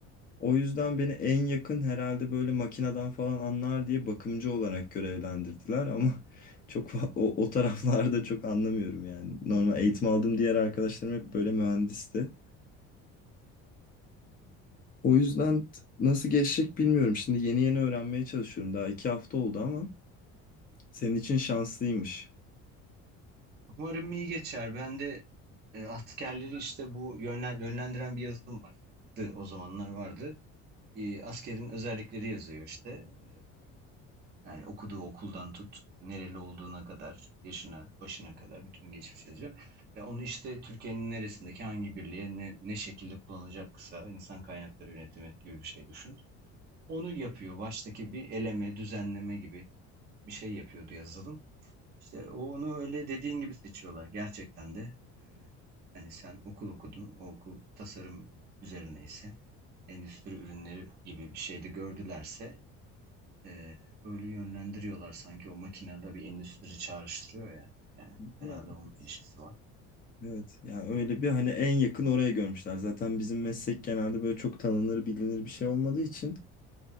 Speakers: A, on the left; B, on the right.
A: O yüzden beni en yakın herhalde böyle makineden falan anlar diye bakımcı olarak görevlendirdiler ama <laughs> çok fa- o, o taraflarda çok anlamıyorum yani. Normal eğitim aldığım diğer arkadaşlarım hep böyle mühendisti. O yüzden t- nasıl geçecek bilmiyorum. Şimdi yeni yeni öğrenmeye çalışıyorum. Daha iki hafta oldu ama senin için şanslıymış.
B: Umarım iyi geçer. Ben de e, askerleri işte bu yönlen- yönlendiren bir yazılım vardı. O zamanlar vardı. E, askerin özellikleri yazıyor işte. E, yani okuduğu okuldan tut, nereli olduğuna kadar, yaşına, başına kadar bütün geçmiş yazıyor. Ve onu işte Türkiye'nin neresindeki hangi birliğe ne, ne şekilde kullanacaksa insan kaynakları yönetimi gibi bir şey düşün. Onu yapıyor. Baştaki bir eleme, düzenleme gibi bir şey yapıyordu yazılım. İşte o- onu öyle dediğin gibi seçiyorlar gerçekten de. Ee, hani sen okul okudun, o okul tasarım üzerine ise endüstri ürünleri gibi bir şeyde gördülerse ee, öyle yönlendiriyorlar sanki o makinede bir endüstri çağrıştırıyor ya. Yani herhalde
A: Ya, evet.
B: onunla ilişkisi var.
A: Evet, yani öyle bir hani en yakın oraya görmüşler. Zaten bizim meslek genelde böyle çok tanınır bilinir bir şey olmadığı için